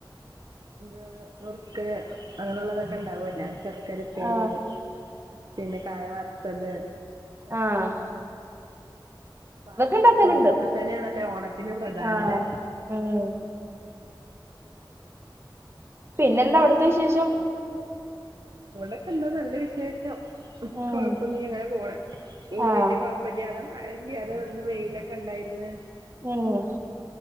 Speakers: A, on the right; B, on the right.
A: ഇത് നുറുക്ക് അങ്ങനെള്ളതൊക്കെ ഉണ്ടാവല്ലേ ചെറ് അക്കരപ്പേരി
B: ആ
A: പിന്നെ കായ വറുത്തത്
B: ആഹ്
A: പായസം
B: ഇണ്ടാക്കല്ണ്ട്.
A: ഒക്കെ തന്നെയണല്ലേ ഓണത്തിന് പ്രധാനല്ലേ
B: ആഹ് ഉം പിന്നെന്താ അവിടുത്തെ വിശേഷം
A: ഇവടൊക്കെ എന്താ നല്ല വിശേഷം
B: ഉം
A: കൊഴപ്പ നീ അങ്ങനെ പോണ് ഇന്ന്
B: ആഹ്
A: വല്യ കൊഴപ്പല്ലാതെ മഴല്ലാതെ ഇന്ന് വെയില ക്കണ്ടായിര്ന്ന്
B: ഉം